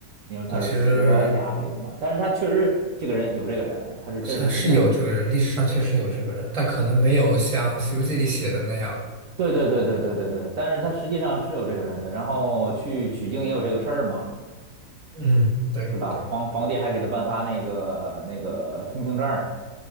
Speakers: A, on the right; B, on the right.
A: 因为他是佛家里的嘛，
B: 对，其实
A: 但是他确实这个人有这个人啊，他是真实存在的。
B: 这是是有这个人，历史上确实有这个人，但可能没有像《西游记》里写的那样，
A: 对对对对对对对，但是他实际上是有这个人的，然后去取经也有这个事儿嘛，
B: 嗯，对对对对
A: 对吧？皇皇帝还给他颁发那个那个通行证儿，